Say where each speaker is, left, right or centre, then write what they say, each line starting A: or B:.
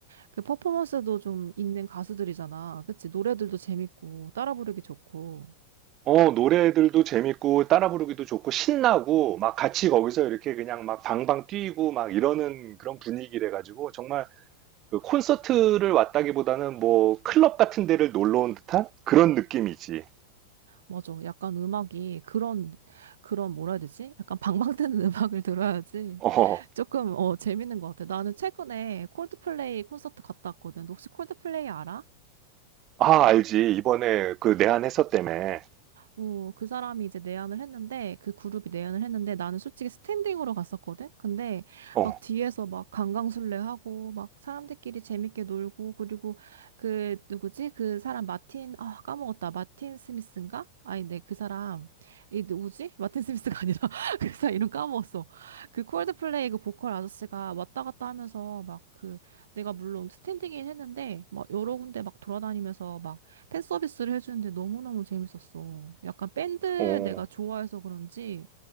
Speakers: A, on the right; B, on the right.
A: 그 퍼포먼스도 좀 있는 가수들이잖아. 그치? 노래들도 재밌고, 따라 부르기 좋고.
B: 어, 노래들도 재밌고, 따라 부르기도 좋고, 신나고, 막 같이 거기서 이렇게 그냥 막 방방 뛰고, 막 이러는 그런 분위기래가지고, 정말 그 콘서트를 왔다기보다는 뭐, 클럽 같은 데를 놀러 온 듯한 그런 느낌이지.
A: 맞아. 약간 음악이 그런, 그런 뭐라 해야 되지? 약간 방방 뜨는 <laughs> 음악을 들어야지.
B: 어,
A: 조금, 어, 재밌는 것 같아. 나는 최근에 콜드플레이 콘서트 갔다 왔거든. 너 혹시 콜드플레이 알아?
B: 아, 알지. 이번에 그 내한했었 때문에.
A: 어, 그 사람이 이제 내한을 했는데, 그 그룹이 내한을 했는데, 나는 솔직히 스탠딩으로 갔었거든? 근데,
B: 어,
A: 막 뒤에서 막 강강술래하고, 막 사람들끼리 재밌게 놀고, 그리고 그, 누구지? 그 사람 마틴, 아, 까먹었다. 마틴 스미스인가? 아니, 네, 그 사람. 이 누구지? 마틴 스미스가 <laughs> 아니라, 그 사람 이름 까먹었어. 그 콜드플레이 그 보컬 아저씨가 왔다 갔다 하면서, 막 그, 내가 물론 스탠딩이긴 했는데, 막 여러 군데 막 돌아다니면서, 막 팬 서비스를 해주는데 너무너무 재밌었어. 약간 밴드
B: 어.
A: 내가 좋아해서 그런지